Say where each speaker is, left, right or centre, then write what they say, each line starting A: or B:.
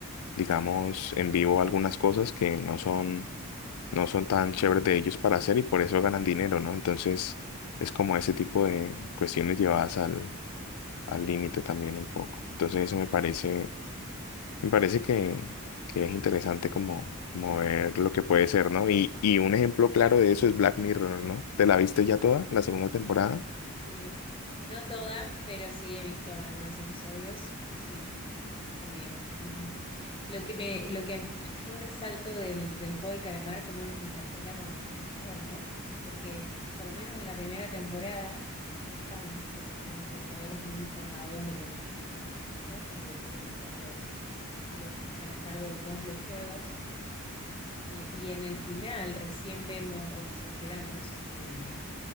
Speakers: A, on the left; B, on the left.
A: digamos, en vivo algunas cosas que no son, no son tan chéveres de ellos para hacer y por eso ganan dinero, ¿no? Entonces es como ese tipo de cuestiones llevadas al, al límite también un poco. Entonces eso me parece me parece que, que es interesante como, como ver lo que puede ser, ¿no? Y, y un ejemplo claro de eso es Black Mirror, ¿no? ¿Te la viste ya toda, la segunda temporada?
B: Sí, no toda, pero sí he visto algunos episodios, sí, también. ujú. Lo que me, lo que yo resalto del, del juego del calamar, cómo nos interpela como espectador, ¿no? Porque por lo menos en la primera temporada no estamos nosotros como espectadores muy informados de lo que, del trasfondo o de quiénes son los, los que están a cargo de todos los juegos. Y, si- y y en el final recién vemos o nos enteramos que